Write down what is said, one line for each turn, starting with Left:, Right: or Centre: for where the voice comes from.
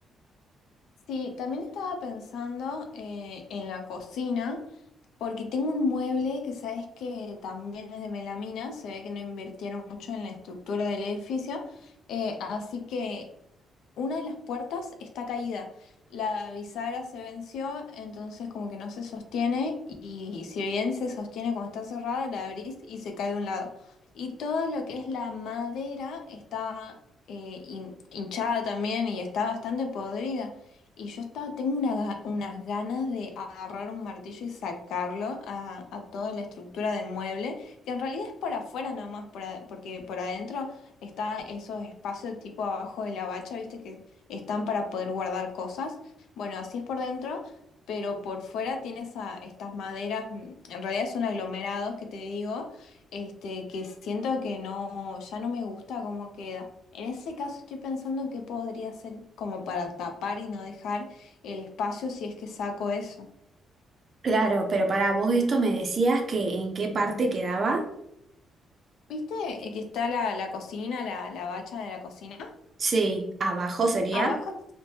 Left: Sí, también estaba pensando eh, en la cocina, porque tengo un mueble que sabes que también es de melamina, se ve que no invirtieron mucho en la estructura del edificio, eh, así que una de las puertas está caída. La bisagra se venció, entonces como que no se sostiene y si bien se sostiene cuando está cerrada, la abrís y se cae de un lado. Y todo lo que es la madera está eh, hin- hinchada también y está bastante podrida. Y yo estaba, tengo una ga- unas ganas de agarrar un martillo y sacarlo a, a toda la estructura del mueble, que en realidad es por afuera nomás, por a- porque por adentro está esos espacios tipo abajo de la bacha, viste, que están para poder guardar cosas. Bueno, así es por dentro, pero por fuera tienes a estas maderas, mm, en realidad son aglomerados que te digo, este, que siento que no, ya no me gusta cómo queda. En ese caso estoy pensando en qué podría hacer como para tapar y no dejar el espacio si es que saco eso.
Right: Claro, pero para vos esto me decías que en qué parte quedaba.
Left: ¿Viste eh, que está la, la cocina, la, la bacha de la cocina?
Right: Sí, abajo sería.
Left: Abajo,